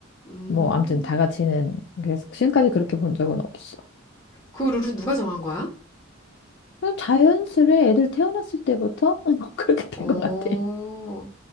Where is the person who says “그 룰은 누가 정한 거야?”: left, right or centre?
Left